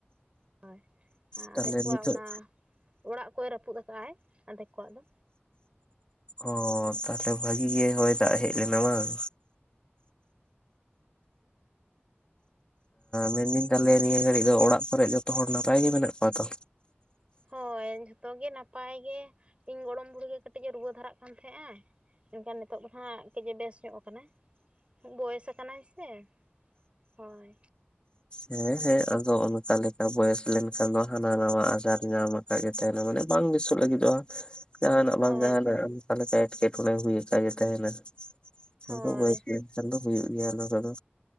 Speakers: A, on the right; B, on the left.
A: ᱦᱳᱭ
B: ᱛᱟᱦᱞᱮ
A: ᱟᱫᱷᱮᱠ ᱠᱚᱣᱟᱜ
B: ᱱᱤᱛᱚᱜ
A: ᱚᱱᱟ ᱚᱲᱟᱜ ᱠᱚᱭ ᱨᱟᱹᱯᱩᱫ ᱟᱠᱟᱫᱼᱟ ᱟᱭ ᱟᱫᱷᱮ ᱠᱚᱣᱟᱜ ᱫᱚ
B: ᱚ ᱛᱟᱦᱞᱮ ᱵᱷᱟᱹᱜᱤ ᱜᱮ ᱦᱳᱭ ᱫᱟᱜ ᱦᱮᱡ ᱞᱮᱱᱟ ᱵᱟᱝ ᱢᱮᱱᱫᱟᱹᱧ ᱛᱟᱦᱞᱮ ᱱᱤᱭᱟᱹ ᱜᱷᱟᱹᱲᱤᱡ ᱫᱚ ᱚᱲᱟᱜ ᱠᱚᱨᱮᱜ ᱡᱚᱛᱚ ᱦᱚᱲ ᱱᱟᱯᱟᱭ ᱜᱮ ᱢᱮᱱᱟᱜ ᱠᱚᱣᱟ ᱛᱚ
A: ᱦᱳᱭ ᱡᱷᱚᱛᱚ ᱜᱮ ᱱᱟᱯᱟᱭ ᱜᱮ ᱤᱧ ᱜᱚᱲᱚᱢ ᱵᱩᱲᱦᱤ ᱜᱮ ᱠᱟᱹᱴᱤᱡ ᱮ ᱨᱩᱣᱟᱹ ᱫᱷᱟᱨᱟᱜ ᱠᱟᱱ ᱛᱟᱦᱮᱸᱜᱼᱟ ᱢᱮᱱᱠᱷᱟᱱ ᱱᱤᱛᱚᱜ ᱫᱚ ᱦᱟᱸᱜᱡᱮ ᱵᱮᱥ ᱧᱚᱜ ᱠᱟᱱᱟᱭ ᱵᱚᱭᱮᱥ ᱠᱟᱱᱟᱭ ᱥᱮ ᱦᱳᱭ
B: ᱦᱮᱸ ᱦᱮᱸ ᱟᱫᱚ ᱚᱱᱠᱟ ᱞᱮᱠᱟ ᱵᱚᱭᱮᱥ ᱞᱮᱱᱠᱷᱟᱱ ᱫᱚ ᱦᱟᱱᱟ ᱱᱟᱣᱟ ᱟᱡᱟᱨ ᱧᱟᱢ ᱟᱠᱟᱫ ᱜᱮ ᱛᱟᱦᱮᱱᱟ ᱢᱟᱱᱮ ᱵᱟᱝ ᱵᱮᱥᱚ ᱞᱟᱹᱜᱤᱫ ᱫᱚᱼᱟ ᱡᱟᱦᱱᱟᱜ
A: ᱦᱳᱭ
B: ᱵᱟᱝ ᱡᱟᱦᱟᱱᱟᱜ ᱚᱱᱠᱟ ᱞᱮᱠᱟ ᱮᱴᱠᱮᱴᱚᱬᱮ ᱦᱩᱭ ᱟᱠᱫ ᱜᱮᱮ ᱛᱟᱦᱮᱱᱟ
A: ᱦᱳᱭ
B: ᱟᱫᱚ ᱵᱠᱷᱟᱱ ᱫᱚ ᱦᱩᱭᱩᱜ ᱜᱮᱭᱟ ᱟ ᱫᱚ